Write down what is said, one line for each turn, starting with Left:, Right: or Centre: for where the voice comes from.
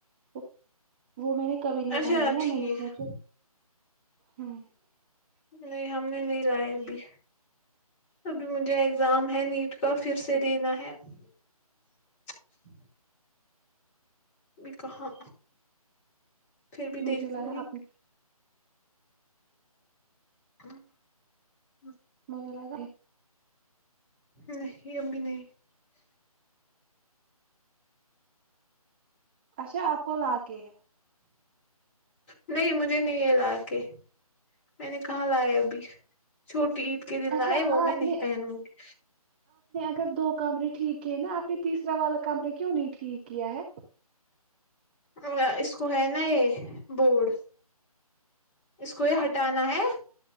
Right: ا وہ میں نے کبھی نہیں
Left: اچھا
Right: پہنی ہے میں
Left: ٹھیک
Right: نے سوچا ہاں <unintelligible>
Left: نہیں ہم نے نہیں لاائے ابھی ابھی مجھے اگزام ہے نیٹ <unintelligible> کا پھر
Right: اچھا
Left: سے
Right: ٹھیک
Left: دینا ہے <unintelligible> <inaudible> بھی کہاں پھر بھی
Right: مجھے
Left: دیکھوں
Right: لگا
Left: گی
Right: آپ نے،
Left: ہ <unintelligible>
Right: م لگ <unintelligible>
Left: نہیں ابھی نہیں <unintelligible>
Right: اچھا آپ کو لا کے ہے <unintelligible>
Left: نہیں مجھے نہیں ہے لا کے میں نے کہاں لاائے ابھی چھوٹی ہی <unintelligible> کے دن
Right: اچھا
Left: آئے وہ میں
Right: آپ
Left: نہیں پہنوں گی
Right: کر دو <unintelligible> کمرے ٹھیک ہے نا اپنے تیسرا والا <unintelligible> کمرہ کیوں نہیں ٹھیک کیا ہے <unintelligible>
Left: ا اس کو ہے نا یہ بورڈ اس کو یہ ہٹانا ہے